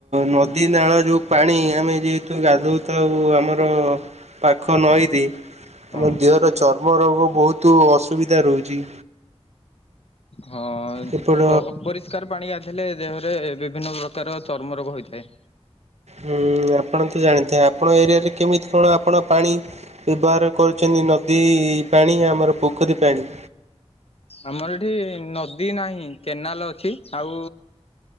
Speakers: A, on the right; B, on the left.
A: ନଦୀ, ନାଳ ଯୋଉ ପାଣି ଆମେ ଯେହେତୁ ଗାଧୋଉଥାଉ ଆମର ପାଖ ନଈରେ
B: ହଁ
A: ଆମ ଦେହର ଚର୍ମ ରୋଗ ବହୁତ ଅସୁ ବିଧା ରହୁଛି।
B: ହଁ
A: ଏପଟ
B: ଅ ଅପରିଷ୍କାର ପାଣି ଗାଧେଇଲେ ଦେହ ରେ ବିଭିନ୍ନ ପ୍ରକାର ଚର୍ମ ରୋଗ ହୋଇଥାଏ।
A: ହୁଁ ଆପଣ ତ ଜାଣିଥିବେ ଆପଣ ଏରିଆରେ କେମିତି କ'ଣ ଆପଣ ପାଣି? ବ୍ୟବହାର କରୁଛନ୍ତି ନଦୀ ପାଣି ଆମର ପୋଖରୀ ପାଣି।
B: ଆମର ଏଠି ନଦୀ ନାହିଁ, କେନାଲ ଅଛି ଆଉ